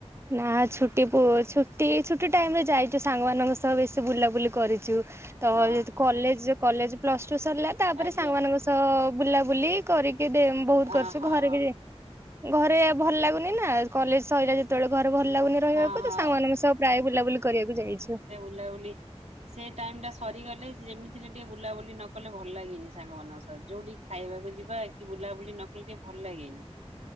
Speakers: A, on the right; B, on the right.
A: ନା ଛୁଟି ପୁ ଛୁଟି ଛୁଟି ଟାଇମରେ ଯାଇଛୁ। ସାଙ୍ଗମାନାନଙ୍କ ସହ ବେଶୀ ବୁଲାବୁଲି କରିଛୁ। ତ
B: ଓହୋ
A: ଯେହେତୁ କଲେଜ କଲେଜ ପ୍ଲସ ଟୁ ସରିଲା ତାପରେ
B: ଆଜ୍ଞା
A: ସାଙ୍ଗ ମାନଙ୍କ ସହ ବୁଲାବୁଲି କରିକି ଦେ ବହୁତ କରିଛୁ
B: ଓହୋ।
A: ଘରେ କେ ଘରେ ଭଲଲାଗୁନି ନା କଲେଜ ସଇଲା ଯେ ସେତେବେଳେ ଘର ଭଲଲାଗୁନି ରହିବାକୁ
B: ହଁ ହଁ
A: ତ ସାଙ୍ଗମାନଙ୍କ ସହ ପ୍ରାଏ ବୁଲାବୁଲି କରିବାକୁ ଯାଇଛି।
B: ବୁଲା ବୁଲି ସେ ଟାଇମ ଟା ସରିଗଲେ ଯେମିତିରେ ଟିକେ ବୁଲାବୁଲି ନ କଲେ ଭଲ ଲାଗିନି ସାଙ୍ଗମାନଙ୍କ ସହ। ଯୋଉଠି ଖାଇବାକୁ ଯିବା କି ବୁଲାବୁଲି ନ କଲେ ଟିକେ ଭଲ ଲାଗେନି।